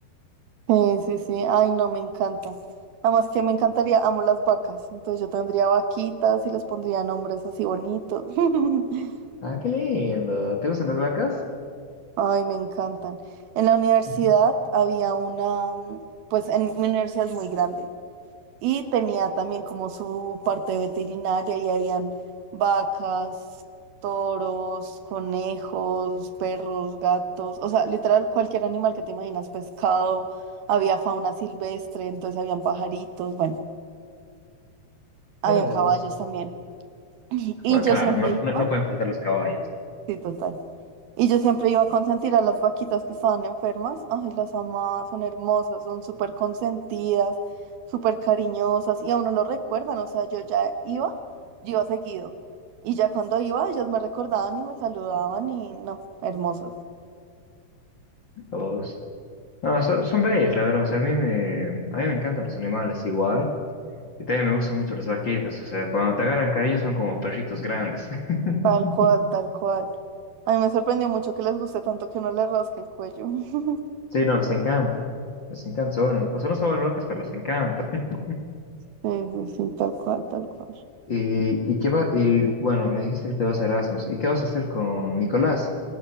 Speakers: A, on the right (about 70°); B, on the left (about 45°).
A: Sí, sí, sí. Ay, no, me encanta. Además que me encantaría, amo las vacas. Entonces yo tendría vaquitas y les pondría nombres así bonitos. <laughs>
B: Ah, qué lindo. ¿Te gustan las vacas?
A: Ay, me encantan. En la universidad
B: <laughs>
A: había una, mm, pues en mi universidad es muy grande. Y tenía también como su parte veterinaria y habían vacas, toros, conejos, perros, gatos, o sea, literal cualquier animal que te imaginas, pescado, había fauna silvestre, entonces habían pajaritos, bueno, habían
B: Mira vos.
A: caballos también. Y, y
B: Ah,
A: yo
B: claro,
A: siempre
B: no, no,
A: iba,
B: no pueden faltar los caballos.
A: sí, total. Y yo siempre iba a consentir a las vaquitas que estaban enfermas. Ay, las amaba, son hermosas, son súper consentidas, súper cariñosas. Y a uno lo recuerdan, o sea, yo ya iba, yo iba seguido. Y ya cuando iba, ellas me recordaban y me saludaban y no, hermosas.
B: Vos. No, son, son bellos, la verdad. O sea, a mí me, a mí me encantan los animales igual. Y también me gustan mucho las vaquitas. O sea, cuando te agarran cariño son como perritos grandes. <laughs>
A: Tal cual, tal cual. A mí me sorprendió mucho que les guste tanto que uno le rasque el cuello. <laughs>
B: Sí, no, les encanta. Les encanta. se vuelven- o sea, no se vuelven locas, pero les encanta. <laughs>
A: Sí, sí, sí, tal cual, tal cual.
B: Y, y, qué va, y bueno, me dijiste que te vas a Erasmus. ¿Y qué vas a hacer con Nicolás?